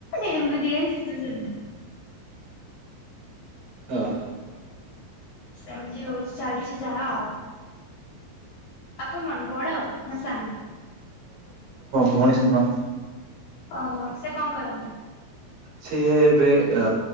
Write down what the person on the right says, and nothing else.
ଓହୋ
ଦଣି ସନା
ସିଏ ଏବେ ଅ